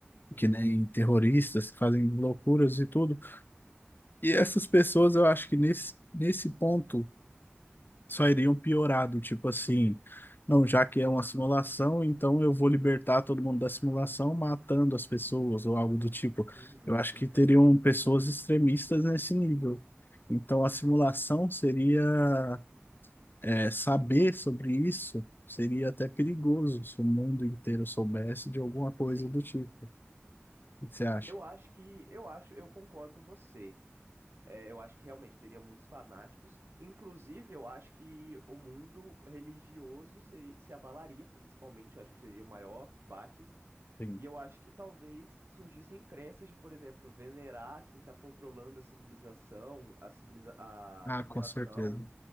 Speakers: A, on the right; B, on the left.
A: Uhum,
B: Que nem terroristas que fazem loucuras e tudo. E essas pessoas, eu acho que nesse, nesse ponto só iriam piorado, tipo assim, não, já que é uma simulação, então eu vou libertar todo mundo da simulação matando as pessoas ou algo do tipo.
A: uhum,
B: Eu acho
A: entendi.
B: que teriam pessoas extremistas nesse nível. Então a simulação seria é, saber sobre isso seria até perigoso se o mundo inteiro soubesse de alguma coisa
A: Sim.
B: do tipo. O que você acha?
A: Eu acho que, eu acho, eu concordo com você. É, eu acho que realmente teria muitos fanáticos. Inclusive, eu acho que o mundo religioso seri- se abalaria, principalmente. Eu acho que seria o maior baque.
B: Sim.
A: E eu acho que talvez surgissem crenças de, por exemplo, venerar quem está controlando a civilização, a, civiliza a
B: Ah,
A: simulação,
B: com certeza.